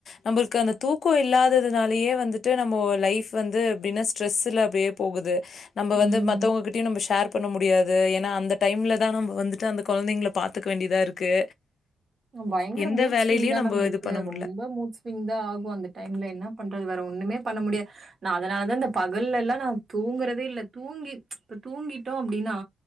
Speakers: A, on the left; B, on the right.
A: நம்ழள்க்கு அந்த தூக்கோ இல்லாததுனாலயே வந்துட்டு நம்ம லைஃப் வந்து எப்டின்னா ஸ்ட்ரெஸ்ல அப்டியே போகுது நம்ப வந்து
B: ம்.
A: மத்தவங்ககிட்டயு நம்ம ஷேர் பண்ண முடியாது ஏன்னா அந்த டைம்லதா நம்ம வந்துட்டு அந்த கொழந்தைங்ள பாத்துக்க வேண்டியதா இருக்கு
B: பயங்ர
A: எந்த
B: மூட்ஸ்விங்தா
A: வேலையிலயும் நம்ம
B: நம்பளுக்கு
A: இது பண்ண முடியல.
B: ரொம்ப மூட் மூட்ஸ்விங்தா ஆகு அந்த டைம்ல என்ன பண்றது வேற ஒண்ணுமே பண்ண முடியா நா அதனாலதா இந்த பகல்லல்லா நா தூங்றதே இல்ல தூங்கி இப்ப தூங்கிட்டோ அப்டின்னா